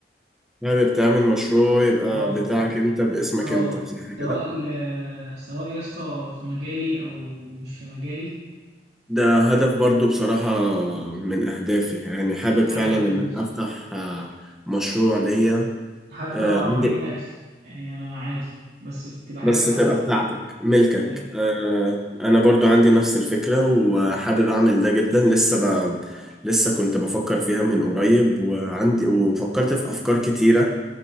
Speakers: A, in the centre; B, on the right.
A: حابب تعمل مشروع يبقى
B: اه
A: بتاعك أنت باسمك
B: اه
A: أنت صح
B: سواء
A: كده؟
B: ل... سواء يا اسطى في مجالي او مش في مجالي
A: ده هدف برضو بصراحة من أهدافي يعني حابب
B: نفسي
A: فعلا
B: اعمل حاجه
A: إن
B: لنفسي
A: أنا أفتح آه، مشروع ليا
B: حتى
A: آه،
B: لو عربيه
A: عندي
B: اكل يعني انا عادي بس تبقى حاجه
A: بس
B: بتاعتي
A: تبقى بتاعتك ملكك
B: ايوه
A: آه انا برضو عندي نفس الفكرة وحابب اعمل ده جدا لسه ب... لسه كنت بفكر فيها من قريب وعندي وفكرت في افكار كتيرة